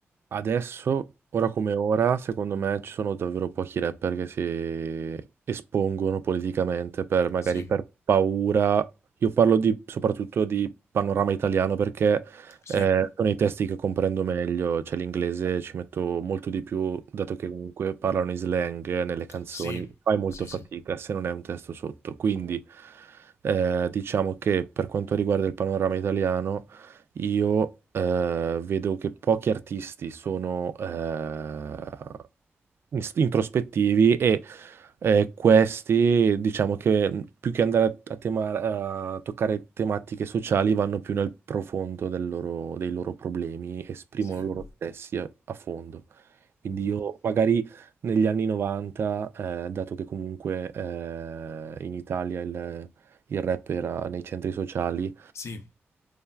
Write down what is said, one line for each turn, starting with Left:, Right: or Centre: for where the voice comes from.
Right: Adesso, ora come ora, secondo me ci sono davvero pochi rapper che si espongono politicamente per magari
Left: Sì,
Right: per paura. Io parlo di, soprattutto di panorama italiano perché
Left: sì,
Right: eh, sono i testi che comprendo meglio, cioè l'inglese ci metto molto di più, dato che comunque parlano in slang nelle canzoni,
Left: sì,
Right: fai molto
Left: sì,
Right: fatica
Left: sì,
Right: se non è un testo sotto. Quindi eh, diciamo che per quanto riguarda il panorama italiano io eh, vedo che pochi artisti sono eh, ins- introspettivi e eh, questi, diciamo che mh, più che andare a, a tema- a toccare tematiche sociali, vanno più nel profondo del loro- dei loro problemi, esprimono
Left: sì,
Right: loro stessi a, a fondo. Quindi
Left: Mhm.
Right: io magari negli anni 90, eh, dato che comunque eh, in Italia il il rap era nei centri sociali,
Left: sì.